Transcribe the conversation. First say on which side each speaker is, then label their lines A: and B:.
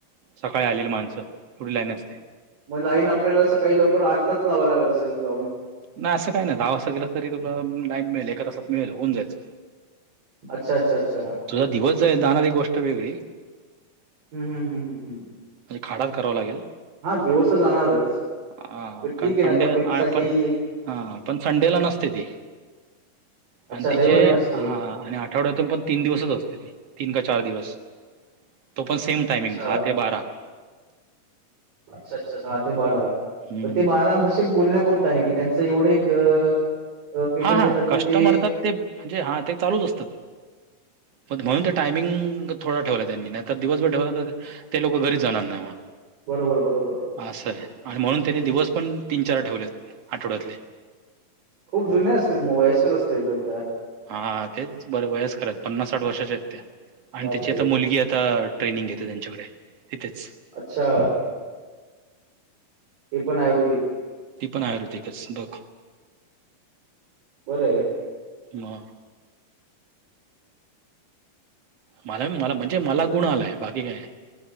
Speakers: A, on the right; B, on the right.
A: सकाळी आलेली माणसं एवढी लाईन असते.
B: मग लाईन आपल्याला सकाळी लवकर आठलाच लावाव लागत असेल जाऊन
A: नाही असं काय नई, दहा वाजता गेलास तरी तुला लाईन मिळेल, एका तासात मिळेल होऊन जायच
B: अच्छा अच्छा! अच्छा
A: तुझा दिवस जाइल जाणारी गोष्ट वेगळी
B: हू हू हू हुहू
A: खाडाच कराव लागेल.
B: हा दिवस त जाणारच
A: आ
B: ठीक
A: कारण
B: आहे
A: संडे
B: ना तब्येतीसाठी
A: आ पण, हा पण संडेला नसते ती
B: अच्छा
A: आणि
B: रविवारी
A: तिचे
B: नसते.
A: हा आणि आठवड्यातून पण तीन दिवसच असते तीन काय चा चार दिवस, तो पण सेम टायमिंग
B: अच्छा,
A: दहा ते बारा
B: अच्छा अच्छा! दहा ते बारा,
A: हम्म
B: ते बारा मुसे बोलण्या पुरत आहे की त्यांचं एवढे <unintelligible>
A: हा हा
B: येतात
A: कस्टमर
B: की ते
A: तर ते म्हणजे हा ते चालूच असत <unintelligible> म्हणून ते टायमिंग थोडा ठेवला त्यांनी नाही तर दिवसभर
B: हम्म.
A: ठेवला तर ते लोक घरीच जाणार नाई म,
B: बरोबर, बरोबर.
A: आसाय म्हणून त्यांनी दिवस पण तीन चार ठेवलेत आठवड्यातले
B: खूप जुने असतील मग वयस्कर असती एकदम त्या
A: हा तेच बरं वयस्कर आईत पन्नास साठ वर्षाच्या आहेत त्या आणि
B: बापरे!
A: त्यची आता मुलगी आता ट्रेनिंग घेते त्यांच्याकडे हिथेच
B: अच्छा! ते पण आयुर्वेदिक
A: ती पण आयुर्वेदिकच बघ.
B: बर ये
A: ना मला मला म्हणजे मला गुण आलाय, बाकी काय